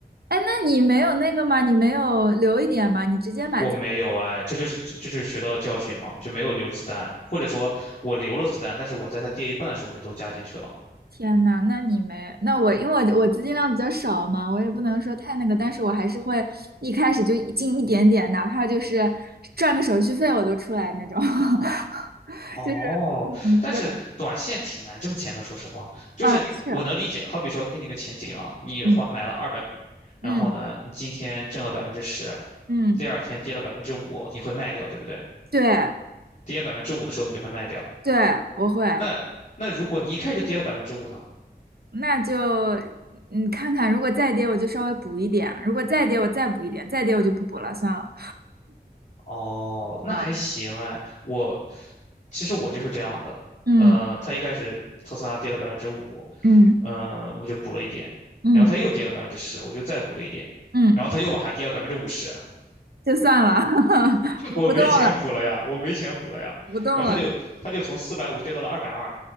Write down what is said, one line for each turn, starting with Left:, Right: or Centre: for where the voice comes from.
Right: 哎，那你没有那个吗？你没有留一点吗？你直接满仓？
Left: 我没有哎，这就是这这就是学到的教训嘛，就没有留子弹，或者说我留了子弹，但是我在它跌一半的时候我就都加进去了。
Right: 天呐，那你没，那我因为我我资金量比较少嘛，我也不能说太那个，但是我还是会一开始就一进一点点，哪怕就是赚个手续费我都出来那种，<laughs>
Left: 哦，
Right: 就是
Left: 但是短线挺难挣钱的，
Right: 对，
Left: 说实话，就是我能理解。
Right: 啊，是，
Left: 好比说，给你个情景啊，你花买了二百股，
Right: 嗯
Left: 然后呢，
Right: 嗯
Left: 你今天挣了百分之十，
Right: 嗯，
Left: 第二天跌了百分之五，你会卖掉，对不对？
Right: 对。
Left: 跌百分之五的时候你就会卖掉。
Right: 对，我会，
Left: 那那如果你一开始就跌了百分之五呢？
Right: 那就嗯看看，如果再跌我就稍微补一点，如果再跌我再补一点，再跌我就不补了，算了。
Left: 哦，那还行哎。
Right: 啊，
Left: 我其实我就是这样的，
Right: 嗯
Left: 呃，它一开始特斯拉跌了百分之五，
Right: 嗯
Left: 嗯，我就补了一点，
Right: 嗯
Left: 然后它又跌了百分之十，我就再补了一点，
Right: 嗯，
Left: 然后它又往下跌了百分之五十啊，
Right: <laughs> 就算了，<laughs>
Left: <laughs>
Right: 补不动了，
Left: 我没钱补了呀，我没钱补了呀，
Right: 补不动了。
Left: 然后它就它就从四百五跌到了二百二，